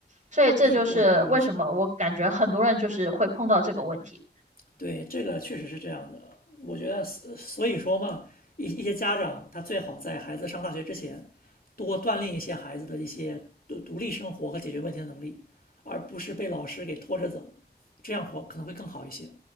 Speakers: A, on the right (about 45°); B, on the left (about 55°).
A: 所以这就是为什么我感觉很多人就是会碰到这个问题。
B: 对，我可以理解。对，这个确实是这样的。我觉得，所所以说嘛，一一些家长他最好在孩子上大学之前，多锻炼一些孩子的一些独独立生活和解决问题的能力，而不是被老师给拖着走，这样活可能会更好一些。